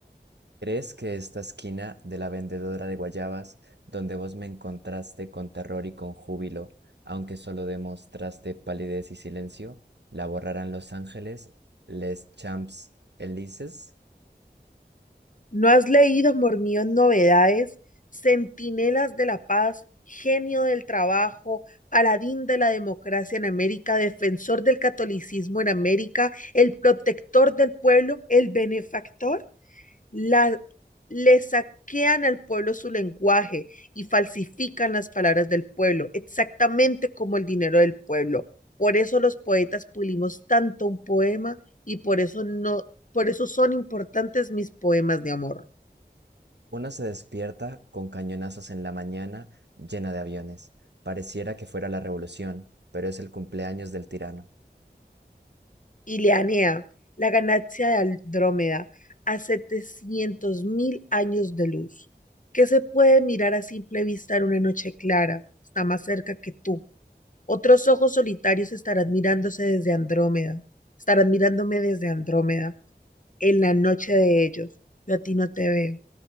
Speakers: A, on the right; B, on the left.
A: ¿Crees que esta esquina de la vendedora de guayabas, donde vos me encontraste con terror y con júbilo, aunque solo demostraste palidez y silencio, la borrarán los ángeles, les champs Elises?
B: ¿No has leído, amor mío, novedades? Centinelas de la paz, genio del trabajo, paladín de la democracia en América, defensor del catolicismo en América, el protector del pueblo, el benefactor. La, le saquean al pueblo su lenguaje y falsifican las palabras del pueblo, exactamente como el dinero del pueblo. Por eso los poetas pulimos tanto un poema y por eso no, por eso son importantes mis poemas de amor.
A: Una se despierta con cañonazos en la mañana, llena de aviones. Pareciera que fuera la revolución, pero es el cumpleaños del tirano.
B: Ileanea, la ganancia de Andrómeda, a setecientos mil años de luz, que se puede mirar a simple vista en una noche clara, está más cerca que tú, Otros ojos solitarios estarán mirándose desde Andrómeda, estarán mirándome desde Andrómeda, en la noche de ellos. Yo a ti no te veo.